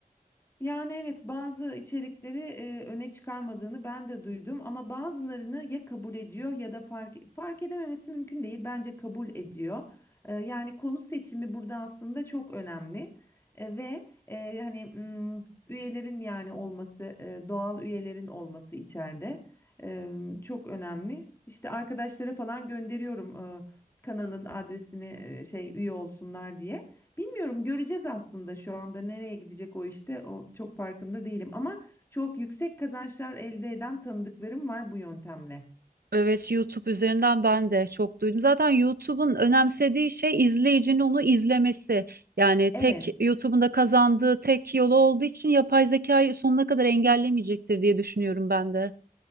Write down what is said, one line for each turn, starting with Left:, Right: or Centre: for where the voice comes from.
Left: Yani evet bazı içerikleri e, öne çıkarmadığını ben de duydum ama bazılarını ya kabul ediyor ya da fark fark edememesi mümkün değil. Bence kabul ediyor. E, yani konu seçimi burada aslında çok önemli. E, ve e, hani mm, üyelerin yani olması, e, doğal üyelerin olması içeride e, çok önemli. İşte arkadaşlara falan gönderiyorum e, kanalın adresini e, şey üye olsunlar diye. Bilmiyorum göreceğiz aslında şu anda nereye gidecek o işte o çok farkında değilim ama çok yüksek kazançlar elde eden tanıdıklarım var bu yöntemle.
Right: Evet, YouTube üzerinden ben de çok duydum. Zaten YouTube'un önemsediği şey izleyicinin onu izlemesi. Yani tek
Left: Evet
Right: YouTube'un da kazandığı tek yolu olduğu için yapay zekayı sonuna kadar engellemeyecektir diye düşünüyorum ben de.